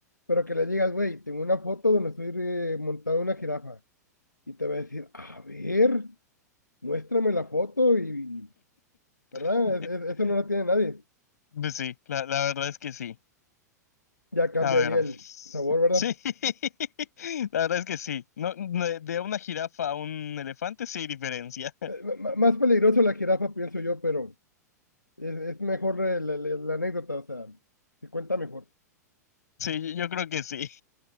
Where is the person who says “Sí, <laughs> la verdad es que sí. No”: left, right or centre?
Left